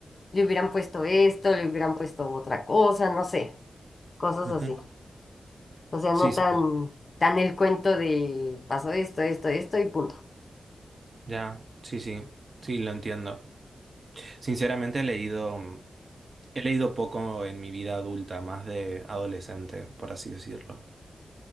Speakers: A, on the left; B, on the right.
A: le hubieran puesto esto, le hubieran puesto otra cosa, no sé, cosas
B: Ujú.
A: así. O sea,
B: Sí,
A: no
B: sí.
A: tan, tan el cuento de pasó esto, esto, esto y punto.
B: Ya, sí, sí, sí, lo entiendo. Sinceramente he leído, mm, he leído poco en mi vida adulta, más de adolescente, por así decirlo.